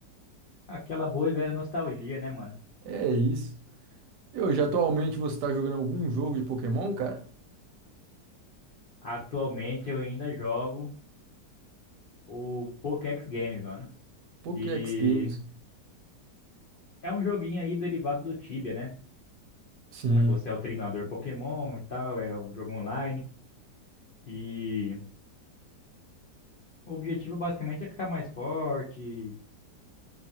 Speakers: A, on the left; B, on the right.
A: Aquela boa e velha nostalgia, né, mano?
B: É isso. E hoje, atualmente, você tá jogando algum jogo de Pokémon, cara?
A: Atualmente eu ainda jogo o Pokédex Games, mano,
B: Pokéx
A: que
B: Games.
A: é um joguinho aí derivado do Tibia, né?
B: Sim.
A: Onde você é o treinador Pokémon e tal, é um jogo online. E o objetivo basicamente é ficar mais forte,